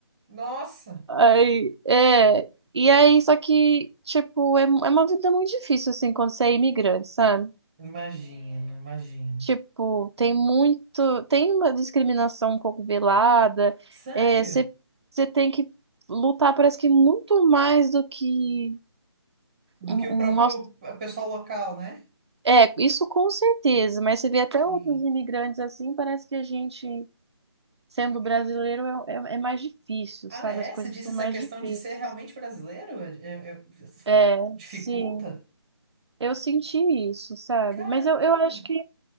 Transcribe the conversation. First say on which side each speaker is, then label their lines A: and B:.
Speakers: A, on the right; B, on the right.
A: Nossa,
B: Aí, é, e aí, só que, tipo, é, é uma vida muito difícil, assim, quando você é imigrante, sabe?
A: imagino, imagino.
B: Tipo, tem muito, tem uma discriminação um pouco velada,
A: Sério?
B: é, você, você tem que lutar, parece que muito mais do que
A: Do
B: um,
A: que o próprio
B: um aus-
A: pessoal local, né?
B: É, isso com certeza, mas você vê até
A: Sim.
B: outros imigrantes assim, parece que a gente, sendo brasileiro, é, é- é mais difícil,
A: Ah,
B: sabe?
A: é?
B: As coisas
A: Você disse
B: são
A: essa
B: mais
A: questão
B: difíceis.
A: de ser realmente brasileiro? É- é- é-
B: É,
A: dificulta?
B: sim, eu senti isso, sabe?
A: Caramba!
B: Mas eu, eu acho que